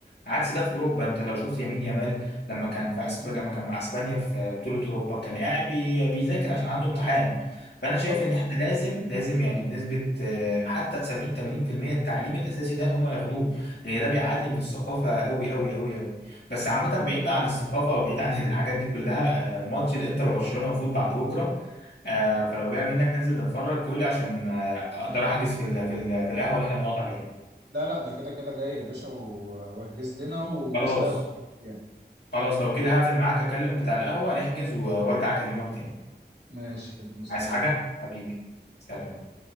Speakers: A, on the left (about 80°); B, on the right (about 85°).
A: عكس ده في اوروبا انت لو شفت يمين يامال لما كان في أسب... لما كان مع اسبانيا في بطوله اوروبا كان قاعد بي... بيذاكر عشان عنده امتحان فانا شايف
B: بالظبط
A: ان احنا لازم لازم يعني بنسبه آه، حتى 70 80% التعليم الاساسي ده هم ياخدوه لان ده بيعلي من الثقافه قوي قوي قوي قوي بس عامه بعيد بقى عن الثقافه وبعيد عن <laughs> الحاجات دي كلها آه، ماتش الانتر وبرشلونه المفروض بعد بكره آه، فلو جاي منك ننزل نتفرج قول لي عشان آه، اقدر احجز في ال في ال في القهوه اللي احنا بنقعد عليها
B: لا لا ده كده كده جاي يا باشا و- واحجز لنا والماتش
A: خلاص
B: ده يبقى خطير يعني
A: خلاص لو كده هقفل معاك اكلم بتاع القهوه نحجز و- وارجع اكلمك تاني
B: ماشي كنت مستني
A: عايز حاجه حبيبي سلام